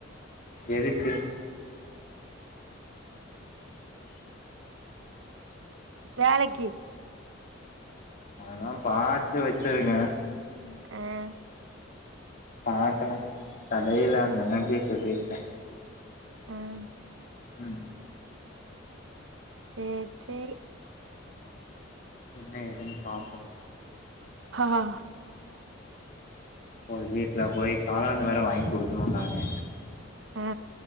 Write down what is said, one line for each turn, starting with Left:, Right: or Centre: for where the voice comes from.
Left: எதுக்கு
Right: வேலக்கி
Left: அதா பாத்து வச்சிருக்க
Right: ம்
Left: பாக்கலா தடையிலா நினைப்பெ சொல்லிர்க்கே
Right: ம்
Left: ம்
Right: சேர் சேரி
Left: என்ன ஏதுன் பாப்போ
Right: ஆஹ
Left: போய் வீட்ல போய் காளானு வேற வாய்ங் குடுக்குணு நானு
Right: ஆ